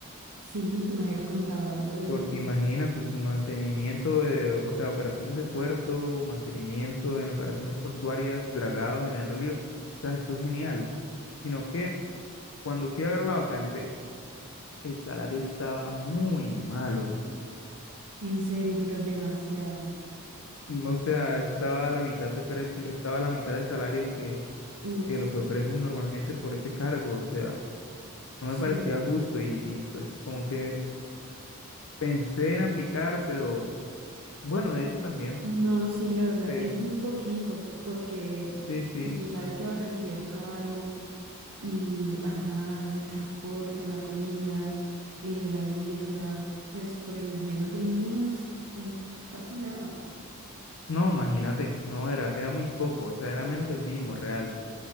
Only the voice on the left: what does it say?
Porque
imagínate, tu mantenimiento de, o sea, operaciones de puerto, mantenimiento en operaciones portuarias, dragados en el río, o sea, eso es genial. Sino que cuando fui a ver la vacante, el salario estaba muy malo.
Mm, O sea, estaba a la mitad de precio, estaba a la mitad de salario que,
que lo que ofrecen normalmente por ese cargo. O sea, no me
parecía justo y, y pues como que pensé en aplicar, pero bueno, de hecho también,
eh,
sí, sí.
No, imagínate, no era, era muy poco, o sea, era menos del mínimo real.